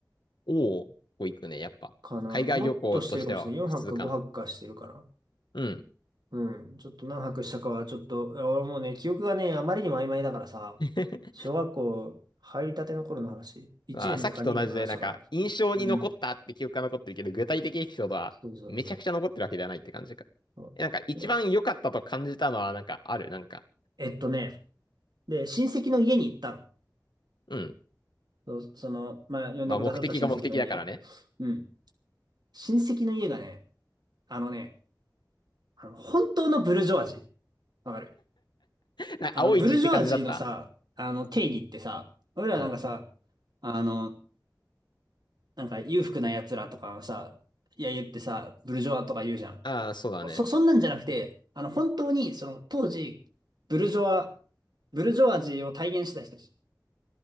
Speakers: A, on the left; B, on the right.
A: おお。ここ行くね、やっぱ。
B: かな。
A: 海外旅行としては普通かな。
B: もっとしてるかもしれない。4泊か5泊かしてるから。
A: うん。
B: うん。ちょっと何泊したかは、ちょっと、いや俺もうね、記憶がね、あまりにも曖昧だからさ、
A: <laughs>
B: 小学校入りたての頃の話。1年だか2年の話だから。
A: まあ、さっきと同じで、なんか、印象に残ったって記憶が残ってるけど、
B: うん。
A: 具体的エピソードはめちゃくちゃ残ってるわけではないって感じか。
B: そうそうそう。そうで、
A: え、なんか、一番良かったと感じたのは、なんか、ある、なんか、
B: えっとね、で、親戚の家に行ったの。
A: うん。
B: そうその、まあ、呼んでくださった親戚の家。
A: まあ、目的が目的だからね。
B: うん。親戚の家がね、あのね、あの、本当のブルジョワジー。わかる
A: な、
B: あの、
A: 青い血って感じだった
B: ブルジョワジーのさ、あの、定義ってさ、俺らなんかさ、
A: うん。
B: あの、なんか裕福な奴らとかのさ、いや言ってさ、ブルジョワとか言うじゃん。
A: ああ、そうだね。
B: そ、そんなんじゃなくて、あの、本当に、その、当時、ブルジョワ、ブルジョワジーを体現してた人たち。